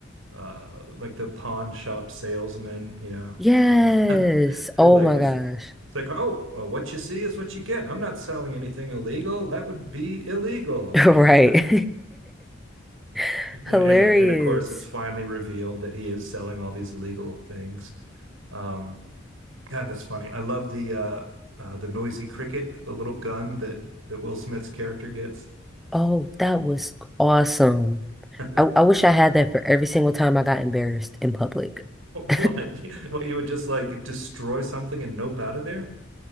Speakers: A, on the right (about 85°); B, in the centre.
A: uh like the pawn shop salesman, you know,
B: Yes.
A: uh <laughs> who
B: Oh
A: like
B: my
A: was
B: gosh.
A: it's like, oh, uh, what you see is what you get. I'm not selling anything illegal. That would be illegal.
B: <laughs> Right.
A: <laughs>
B: <laughs>
A: And
B: Hilarious.
A: and and of course, it's finally revealed that he is selling all these illegal things. Um, God, that's funny. I love the uh, uh the noisy cricket, the little gun that that Will Smith's character gets.
B: Oh, that was awesome.
A: <laughs>
B: I, I wish I had that for every single time I got embarrassed in public. <laughs>
A: What? What you would just like destroy something and nope out of there?